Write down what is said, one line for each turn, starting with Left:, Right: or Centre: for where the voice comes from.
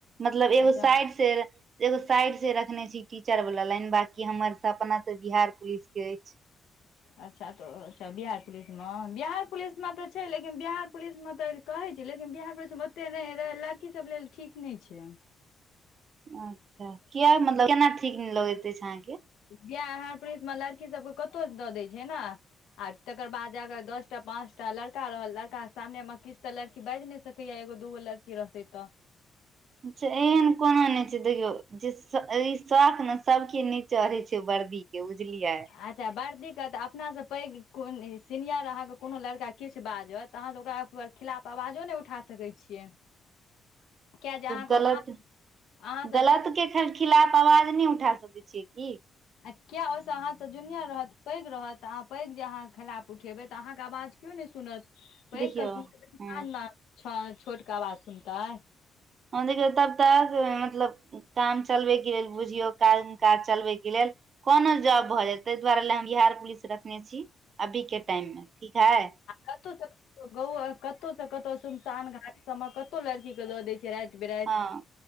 Right: मतलब एगो
Left: अच्छा
Right: साइड से एगो साइड से रखने छी टीचर वला लाइन बाकी हमर सब अपना तऽ बिहार पुलिस के अइछ
Left: अच्छा तऽ अच्छा बिहार पुलिस मे बिहार पुलिस मे तऽ छै लेकिन लेकिन बिहार पुलिस में तऽ कहे छै लेकिन बिहार पुलिस में ओते नय रह लड़की सब लेल ठीक नय छै
Right: अच्छा किया मतलब केना ठीक लगैत अइछ अहाँके
Left: बिहार पुलिसमे लड़की सबके कतहु दऽ दै छै ने आ तकर बाद जाक दस टा पांच टा लड़का रहल लड़का के सामने मे किछ तऽ लड़की बाइज नय कए एगो द दु बो ल क किरसै तऽ
Right: चछा एहन कोना नय छै देखौ जे ई शौख ने सबके ने चढ़े छै वर्दी के बुझलियै
Left: अच्छा बड़ दिक्कत अपनासँ पैघ कोन सीनियर अहाँके कोनो लड़का किछ बाजत तऽ अहाँ तऽ ओकरा खिलाफ अवाजो नइ उठा सकै छियै किया जे अहाँके
Right: गलत
Left: अहाँ से
Right: गलत के खिलाफ अवाज नय उठा सकै छियै की
Left: आ किया ओहिसँ अहाँसँ जुनिया रहत पैघ रहत तऽ अहाँ पैघ जे अहाँके खिलाफ उठेबै तऽ अहाँके आवाज को नय सुनत पैघ
Right: देखियौ
Left: क सुन
Right: ह
Left: छोट क आवाज सुनतै
Right: देख तब त मतलब काम चलबे के लेल बुझियौ काज काज चलबे के लेल कोनो जॉब भऽ जाय तहि दुआरे लए हम बिहार पुलिस रखने छी अभीके टाइममे ठीक है
Left: कतौ से कत कतहु से कतहु सुमशान घाट सब मे कतहु लड़की के दऽ दय छी राईत बिराईत
Right: हँ